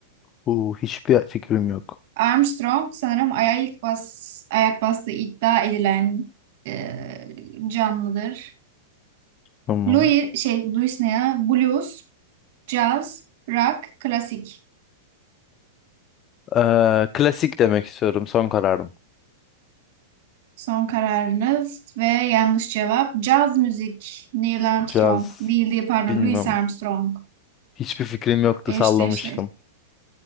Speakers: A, on the left; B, on the right.
A: Uu, hiçbir fikrim yok.
B: Armstrong sanırım ayak bas ayak bastığı iddia edilen e, canlıdır.
A: Tamam.
B: Louis şey Louis ne ya? Blues, caz, rock, klasik.
A: Ee, klasik demek istiyorum. Son kararım.
B: Son kararınız ve yanlış cevap caz müzik Neil Armstrong.
A: Caz.
B: Neil değil pardon
A: Bilmem.
B: Louis Armstrong.
A: Hiçbir fikrim yoktu
B: Eşleşti.
A: sallamıştım.